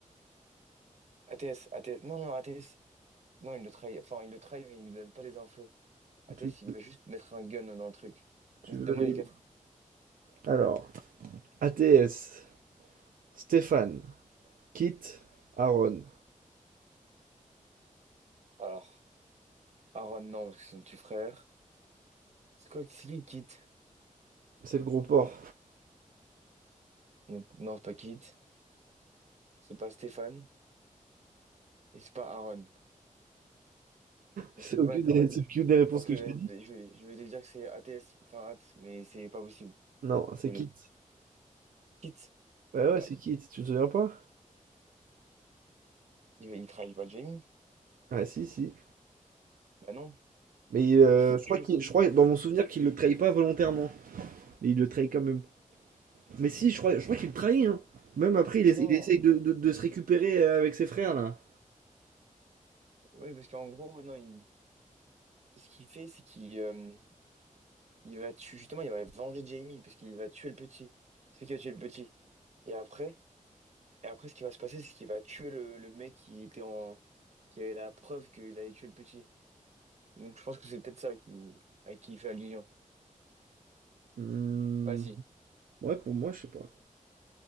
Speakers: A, on the right (about 50°); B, on the right (about 80°).
A: ATS, ATS. Non, non, ATS. Non, il le trahit. Enfin, il le trahit, mais il lui donne pas les infos. ATS,
B: Tu,
A: il va juste mettre un gun dans le truc.
B: tu
A: Évidemment,
B: veux
A: les
B: les...
A: quatre.
B: Alors, ATS, Stéphane, Kit, Aaron.
A: Alors, Aaron, non, parce que c'est son petit frère. C'est quoi? C'est qui Kit?
B: C'est le gros porc.
A: Donc, non, c'est pas Kit. C'est pas Stéphane. Et c'est pas Aaron. Mais
B: C'est
A: c'est
B: aucune
A: pas...
B: des,
A: En fait...
B: c'est aucune des réponses
A: Ok,
B: que
A: ouais,
B: je t'ai dit.
A: je vais, je vais te dire que c'est ATS, enfin ATS, mais c'est pas possible.
B: Non, c'est
A: Pas
B: Kit.
A: lui. Kit,
B: Bah
A: bah,
B: ouais, c'est Kit. Tu te souviens pas?
A: il, va- il trahit pas Jamie.
B: Ah si, si.
A: Bah non,
B: Mais euh,
A: il se fait
B: je
A: tuer.
B: crois qu'il,
A: quoi.
B: je crois dans mon souvenir qu'il le trahit pas volontairement, mais il le trahit quand même. Mais si, je crois, je crois qu'il le trahit. Hein. Même après, il, essa-
A: Non,
B: il essaye de, de- de se récupérer euh, avec ses frères là.
A: oui, parce qu'en gros, non, il- ce qu'il fait, c'est qu'il euh, il va tuer, justement, il va venger Jamie, parce qu'il va tuer le petit. C'est qui a tué le petit. Et après, et après, ce qui va se passer, c'est qu'il va tuer le, le mec qui était en... qui avait la preuve qu'il avait tué le petit. Donc je pense que c'est peut-être ça qui- à qui il fait allusion.
B: Hmm.
A: Vas-y.
B: Ouais, pour moi, je sais pas.